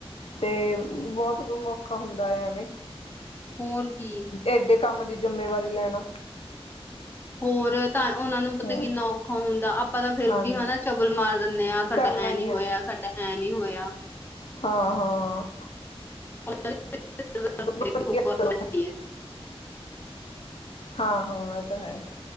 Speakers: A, on the left (about 70°); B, on the left (about 20°).
A: ਤੇ ਬੋਤ ਬੋ ਓ ਔਖਾ ਹੁੰਦਾ ਹੈ ਐਵੇਂ
B: ਹੋਰ ਕੀ
A: ਏਡੇ ਕੰਮ ਦੀ ਜ਼ਿੰਮੇਵਾਰੀ ਲੈਣਾ
B: ਹੋਰ ਤਾਂ ਉਹਨਾਂ ਨੂੰ ਪਤਾ
A: ਹੂੰ
B: ਕਿੰਨਾ ਔਖਾ ਹੁੰਦਾ ਆਪਾਂ ਤਾਂ ਫਿਰ
A: ਹਾਂਜੀ
B: ਵੀ ਹਨਾ ਚਬਲ ਮਾਰ ਦਿੰਦੇ ਹਾਂ ਸਾਡਾ
A: ਕਰਨਾ
B: ਐ
A: ਹੀ
B: ਨੀ ਹੋਇਆ
A: ਆ
B: ਸਾਡਾ ਐ ਨੀ ਹੋਇਆ
A: ਹਾਂ ਹਾਂ
B: <inaudible>
A: ਵਧੀਆ ਚਲੋ ਹਾਂ ਹਾਂ ਇਹ ਤਾਂ ਹੈ